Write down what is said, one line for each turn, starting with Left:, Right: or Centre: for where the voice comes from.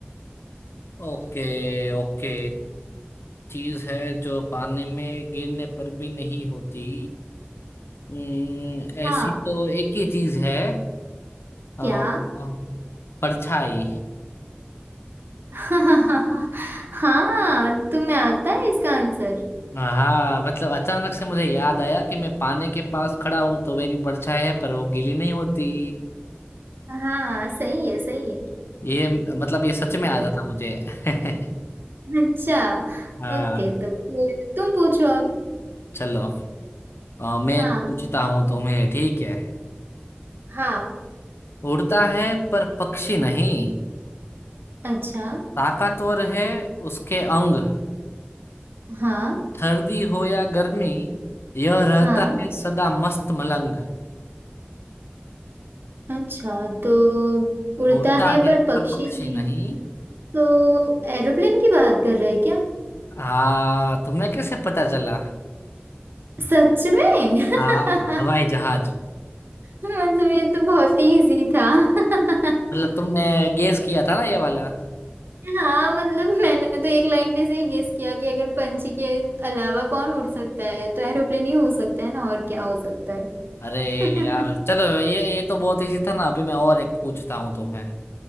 Left: Okay okay चीज है जो पानी में गिरने पर भी नहीं होती हम्म, ऐसी
Right: हाँ
Left: तो एक ही चीज है अ,
Right: क्या
Left: परछाई
Right: <laughs> हाँ तुम्हें आता है इसका आंसर
Left: हाँ मतलब अचानक से मुझे याद आया कि मैं पानी के पास खड़ा हूं तो मेरी परछाई है पर वो गीली नहीं होती
Right: हाँ सही है सही
Left: ये मतलब ये सच में आ
Right: है
Left: जाता
Right: ठीक
Left: मुझे <laughs>
Right: है। अच्छा
Left: हाँ
Right: ओके तो फिर तुम पूछो अब
Left: चलो अ, मैं
Right: हाँ
Left: पूछता हूँ तुम्हें ठीक है
Right: हाँ
Left: उड़ता है पर पक्षी नहीं
Right: अच्छा
Left: ताकतवर है उसके अंग
Right: हाँ
Left: सर्दी हो या गर्मी यह रहता
Right: हाँ
Left: है सदा मस्त मलंग
Right: अच्छा तो उड़ता
Left: उड़ता
Right: है
Left: है
Right: पर पक्षी
Left: पर पक्षी
Right: नहीं
Left: नहीं
Right: तो एरोप्लेन की बात कर रहे हैं क्या
Left: हाँ तुम्हें कैसे पता चला
Right: सच में <laughs>
Left: हाँ हवाई जहाज
Right: मतलब ये तो बहुत ही इजी था <laughs>
Left: मतलब तुमने गेस किया था ना ये वाला
Right: हाँ मतलब मैंने तो एक लाइन पे से ही गेस किया कि अगर पंछी के अलावा कौन उड़ सकता है तो एरोप्लेन ही हो सकता है ना और क्या हो सकता है
Left: अरे
Right: <laughs>
Left: यार चलो ये ये तो बहुत इजी था ना अभी मैं और एक पूछता हूँ तुम्हें